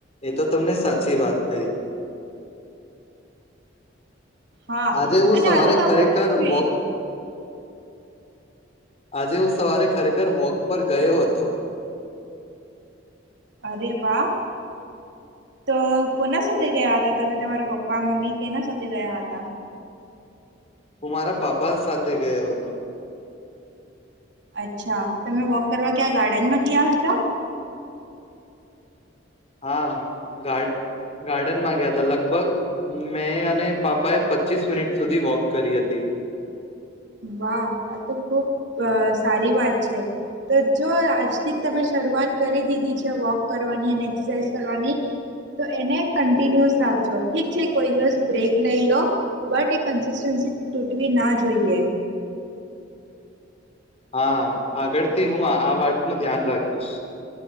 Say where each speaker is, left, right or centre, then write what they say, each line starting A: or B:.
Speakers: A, on the left; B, on the right.
A: એ તો તમને સાચી વાત કઈ.
B: હા
A: આજે હું
B: અને
A: સવારે
B: આજે તો
A: ખરેખર
B: આપણે ફિટ
A: વોક આજે હું સવારે ખરેખર વોક પર ગયો હતો.
B: અરે વાહ તો કોના સાથે ગયા હતા તમે તમારા પપ્પા મમ્મી કેના સાથે ગયા હતા.
A: હું મારા પાપા સાથે ગયો હતો.
B: અચ્છા, તમે વોક કરવા ક્યાં ગાર્ડનમાં ગયા હતા.
A: હા, ગારડ ગાર્ડનમાં ગયા હતા. લગભગ મેં અને પાપાએ પચીસ મિનિટ સુધી વોક કરી હતી.
B: વાહ આ તો ખુબ સારી વાત છે. તો જો આજથી જ તમે શરૂઆત કરી દીધી છે. વોક કરવાની અને એક્સરસાઇઝ કરવાની તો એને કન્ટિન્યુસ રાખજો ઠીક છે. કોઈ દિવસ બ્રેક લઈ લો બટ એ કન્સિસ્ટન્સી તૂટવી ના જોઈએ.
A: હા, આગળ. થી હું આ વાત નું ધ્યાન રાખીશ.